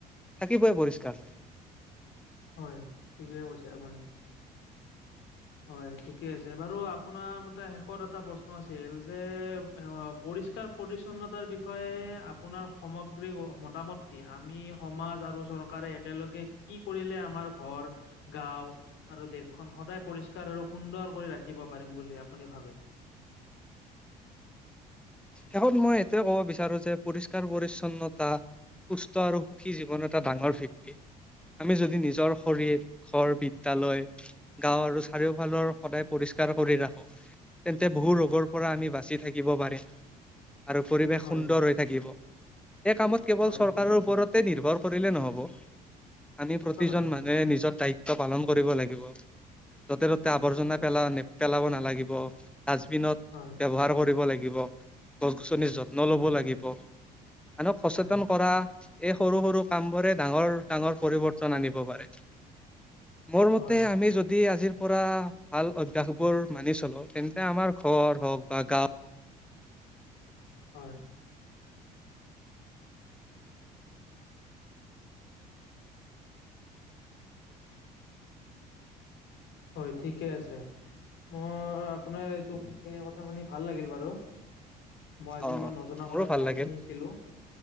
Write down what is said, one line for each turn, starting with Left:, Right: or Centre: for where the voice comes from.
Centre: থাকিবই পৰিষ্কাৰ।
Left: হয়, ঠিকেই কৈছে আপুনি। হয়, ঠিকে আছে বাৰু। আপোনাৰ মতে শেষত এটা প্ৰশ্ন আছিল যে- পৰিষ্কাৰ-পৰিচ্ছন্নতাৰ বিষয়ে আপোনাৰ সামগ্ৰী মতামত- কি আমি সমাজ আৰু চৰকাৰে একেলগে কি কৰিলে আমাৰ ঘৰ গাওঁ আৰু দেশখন সদায় পৰিষ্কাৰ আৰু সুন্দৰ কৰি ৰাখিব পাৰিম বুলি আপুনি ভাবে?
Centre: শেষত মই এইটোৱে ক'ব বিচাৰো যে পৰিষ্কাৰ-পৰিছন্নতা- সুস্থ আৰু সুখী জীৱন এটা ডাঙৰ ভিত্তি। আমি যদি নিজৰ শৰীৰ ঘৰ, বিদ্যালয়- গাঁও আৰু চাৰিওফালৰ সদায় পৰিষ্কাৰ কৰি ৰাখো, তেন্তে বহু ৰো- গুৰ
Left: হয়
Centre: পৰা আমি বাচি থাকিব পাৰিম। আৰু পৰিৱেশ
Left: হয়
Centre: সুন্দৰ হৈ থাকিব, এই কামত কেৱল
Left: হয়
Centre: চৰকাৰৰ
Left: ঠিকে
Centre: ওপৰত তে নিৰ্ভৰ কৰিলে নহ'ব, আমি প্ৰতিজন
Left: হয়
Centre: মানু- হে নিজৰ-নিজৰ দায়িত্ব পালন কৰিব লাগিব। য'তে-ত'তে
Left: হয়
Centre: আৱৰ্জনা
Left: ঠিকে
Centre: -
Left: কৈছে
Centre: পেলাব নালাগিব। ডাষ্টবিনত-
Left: হয়।
Centre: ব্যৱহাৰ কৰিব লাগিব, গছ-গছনিত যত্ন
Left: উম
Centre: ল'ব লাগিব। আনক সচেতন
Left: হয়
Centre: কৰা এই সৰু-সৰু কামবোৰে ডাঙৰ-ডাঙৰ পৰিৱৰ্তন আনিব পাৰে। মোৰ মতে
Left: হয়
Centre: আমি যদি আজিৰ- পৰা ভাল অভ্যাসবোৰ মানি চলো, তেন্তে আমাৰ ঘৰ হওঁক বা গাঁও
Left: হয়। হয়, ঠিকে আছে। মই আপোনাৰ এইটো এইখিনি কথা শুনি ভাল লাগিল বাৰু। মই আজি
Centre: অ
Left: মই নজনা
Centre: মোৰো
Left: কথা
Centre: ভাল
Left: বহুত
Centre: লাগিল
Left: খিনি শিকিলো।